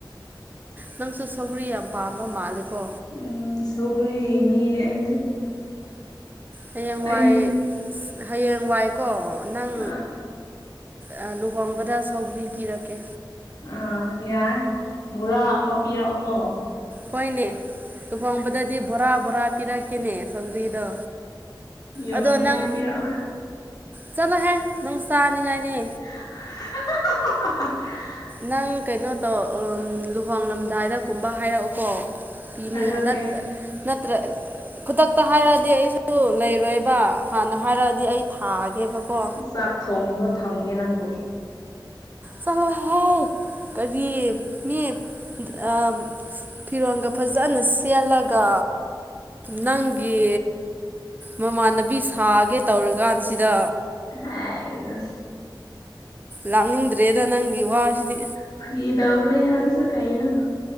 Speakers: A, on the right; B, on the left.
A: ꯅꯪꯁꯨ ꯁꯧꯒꯔꯤ ꯌꯥꯝ ꯄꯥꯝꯕ ꯃꯥꯜꯂꯦꯀꯣ
B: ꯎꯝ ꯁꯧꯈ꯭ꯔꯤ ꯃꯤꯅꯦ ꯑꯩꯗꯤ
A: ꯍꯌꯦꯡꯋꯥꯏ
B: ꯑꯩ
A: ꯍꯌꯦꯡꯋꯥꯏꯀꯣ ꯅꯪ
B: ꯑꯥ
A: ꯑꯥ ꯂꯨꯍꯣꯡꯕꯗ ꯁꯧꯒ꯭ꯔꯤ ꯄꯤꯔꯛꯀꯦ
B: ꯑꯥ ꯌꯥꯏ ꯕꯣꯔꯥ ꯑꯃ ꯄꯤꯔꯛꯑꯣꯀꯣ
A: ꯍꯣꯏꯅꯦ ꯂꯨꯍꯣꯡꯕꯗꯗꯤ ꯕꯣꯔꯥ ꯕꯣꯔꯥ ꯄꯤꯔꯛꯀꯦꯅꯦ ꯁꯧꯒꯔꯤꯗꯣ
B: ꯌꯣꯟꯅꯤꯡꯉꯥꯏ
A: ꯑꯗꯣ ꯅꯪ
B: ꯄꯤꯔꯛꯑꯣ
A: ꯆꯠꯂꯣꯍꯦ ꯅꯪ ꯆꯥꯅꯤꯡꯉꯥꯏꯅꯤ
B: <unintelligible>
A: ꯅꯪ ꯀꯩꯅꯣ ꯇꯧ ꯂꯨꯍꯣꯡꯂꯝꯗꯥꯏꯗ ꯀꯨꯝꯕ ꯍꯥꯏꯔꯛꯑꯣꯀꯣ ꯄꯤꯅꯤꯡꯉꯥꯏ
B: ꯍꯥꯏꯔꯛꯀꯦ
A: ꯅꯠꯇꯥ ꯅꯠꯇ꯭ꯔ ꯈꯨꯗꯛꯇ ꯍꯥꯏꯔꯛꯑꯗꯤ ꯑꯩꯁꯨ ꯂꯩꯔꯣꯏꯕ ꯍꯥꯟꯅ ꯍꯥꯏꯔꯛꯑꯗꯤ ꯑꯩ ꯊꯥꯒꯦꯕꯀꯣ
B: ꯆꯥꯛ ꯊꯣꯡꯕ ꯊꯝꯒꯦ ꯅꯪꯕꯨ
A: ꯆꯂꯣ ꯍꯦ ꯀꯔꯤ ꯃꯤ ꯑꯥ ꯐꯤꯔꯣꯟꯒ ꯐꯖꯟꯅ ꯁꯦꯠꯂꯒ ꯅꯪꯒꯤ ꯃꯃꯥꯟꯅꯕꯤ ꯁꯥꯒꯦ ꯇꯧꯔꯤꯀꯥꯟꯁꯤꯗ
B: ꯍꯩꯁ
A: ꯂꯥꯛꯅꯤꯡꯗ꯭ꯔꯦꯗ ꯅꯪꯒꯤ ꯋꯥꯁꯤꯗꯤ
B: ꯐꯒꯤ ꯇꯧꯕꯅꯦ ꯅꯪꯁꯨ ꯀꯩꯅꯣ